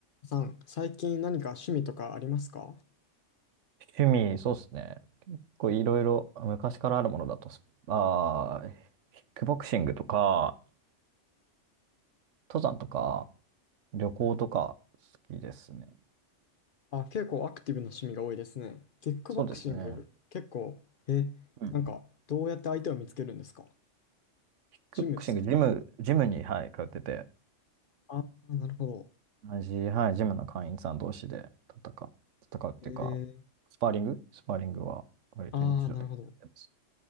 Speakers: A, on the left (about 55°); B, on the right (about 75°).
A: さん、最近何か趣味とかありますか
B: 趣味、そうですね。こういろいろ昔からあるものだとス、あー、キックボクシングとか、登山とか、旅行とか好きですね。
A: あ、結構アクティブな趣味が多いですね。キックボクシング、
B: そうですね。
A: 結構、え、
B: うん。
A: なんか、
B: キッ
A: どうやって相手を見つけるんですか
B: クボクシング、
A: ジムですか
B: ジム、ジムに、はい、通ってて、
A: ああー、なるほど。
B: 同じ、はい、ジムの会員さん同士で戦う、戦うっていうか、
A: えー、
B: スパーリングスパーリングは割と日常的です。
A: ああ、なるほど。